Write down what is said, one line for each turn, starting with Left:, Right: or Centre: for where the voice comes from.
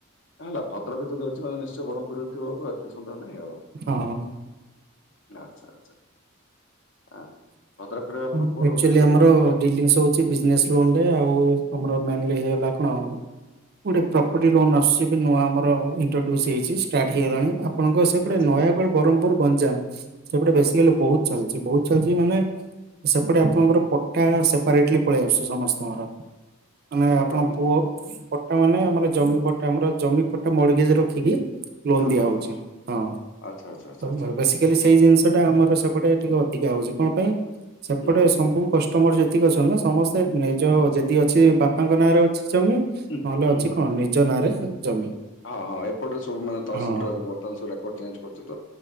Left: ହେଲା ଭଦ୍ରକ ଯଦି ଅଛି ନିଶ୍ଚୟ ବ୍ରହ୍ମପୁରରେ ଥିବ ଏତ ସନ୍ଦେହ ନାହିଁ ଆଉ।
Right: ହଁ।
Left: ଆଚ୍ଛା ଆଚ୍ଛା। ଆ ଭଦ୍ରକରେ ଆପଣ
Right: ଆକଚୁଆଲି
Left: କୋଉଠି ରହୁଛନ୍ତି କହିଲେ?
Right: ଆମର <unintelligible>
Left: ପ୍ରପ
Right: ଛି ବିଜିନେସରୁ <unintelligible> ଆଉ ଆମର ମେନଲି ହେଇଗଲା କଣ ଗୋଟେ
Left: ହୁଁ ହୁଁ
Right: ପ୍ର କୋଟିଏ ଲୋନ୍ ଆସୁଛି ବି ନୂଆ ଆମର ଇଣ୍ଟ୍ରୋଡ୍ୟୁସ ହେଇଛି ଷ୍ଟାର୍ଟ ହେଇଗଲାଣି ଆପଣଙ୍କ ସେପଟେ
Left: ଆଚ୍ଛା
Right: ନୟା ବ୍ରହ୍ମପୁର ଗଞ୍ଜାମ ସେପଟେ
Left: ହଁ
Right: ବେଶୀକାଲି ବହୁତ ଚାଲିଛି ବହୁତ। ଚାଲିଛି ମାନେ ସେପଟେ ଆପଣଙ୍କର ପଟା ସେପାରେଟେଲି ପଳେଇ ଆସୁଛି ସମସ୍ତଙ୍କର। ମାନେ
Left: ପଟ୍ଟାମୁଣ୍ଡାଇ
Right: ଆପଣ ପୁଅ। ପଟା ମାନେ ଆମର ଜମି ପଟା ଆମର ଜମି ପଟା ମଡିଗେଜ୍ ରଖିକି। ଲୋନ
Left: ହଁ
Right: ଦିଆ
Left: ହଁ
Right: ହଉଛି
Left: ହଁ ହଁ
Right: ହଁ
Left: ଆଚ୍ଛା ଆଚ୍ଛା ଆଚ୍ଛା ଆଚ୍ଛା
Right: ବ ବେଶି। ଏଲେ ସେଇ ଜିନିଷ ଟା ଆମର ସେପଟେ ଟିକେ ଅଧିକା ହଉଚି କଣ ପାଇଁ? ସେପଟେ
Left: ହୁଁ ହୁଁ
Right: ସବୁ
Left: ହୁଁ
Right: କଷ୍ଟମୋର ଯେତିକି ଅଛନ୍ତି ନା ସମସ୍ତେ ନିଜ ଯେଦି ଅଛି ବାପାଙ୍କ ନାଁରେ ଅଛି ଜମି।
Left: ହୁଁ
Right: ନହେଲେ
Left: ହୁଁ
Right: ଅଛି
Left: ହୁଁ
Right: କଣ ନିଜ ନାଁରେ ଜମି।
Left: ହଁ ହଁ ଏପଟେ ସବୁ ମାନେ ତହସିଲରେ
Right: ହଁ
Left: ଏବେ ବର୍ତ୍ତମାନ ସବୁ ରେକଡ଼ ଚେଞ୍ଜ କରୁଚି